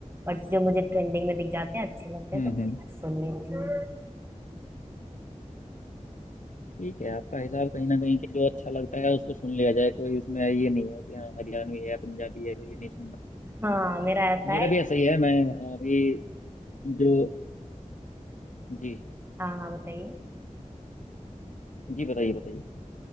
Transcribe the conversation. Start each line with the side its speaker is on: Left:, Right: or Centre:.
Right: बट जो मुझे ट्रेंडिंग में दिख जाते हैं अच्छे लगते हैं
Left: हम्म
Right: तो
Left: हम्म।
Right: सुन लेती हूँ
Left: ठीक है आपका हिसाब कहीं ना कहीं कि जो अच्छा लगता है उसको सुन लिया जाए कोई उसमें ये नहीं हो कि हाँ हरियाणवी है पंजाबी है तो ये नहीं सुनना
Right: हाँ मेरा ऐसा
Left: मेरा
Right: है
Left: भी ऐसा ही है मैं अभी जो जी
Right: हाँ हाँ बताइए
Left: जी बताइए बताइए